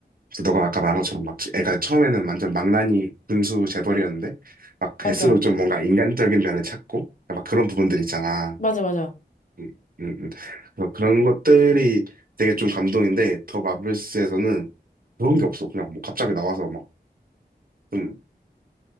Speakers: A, on the right; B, on the left.
A: 너가 아까 말한 것처럼 막, 애가 처음에는 완전 망나니 군수 재벌이었는데, 막, 갈수록
B: 맞아.
A: 좀 뭔가 인간적인 면을 찾고, 막 그런 부분들 있잖아.
B: 맞아, 맞아.
A: 음, 음, 음. 그래서 그런 것들이 되게 좀 감동인데, 더 마블스에서는 그런 게 없어. 그냥 뭐, 갑자기 나와서 막, 좀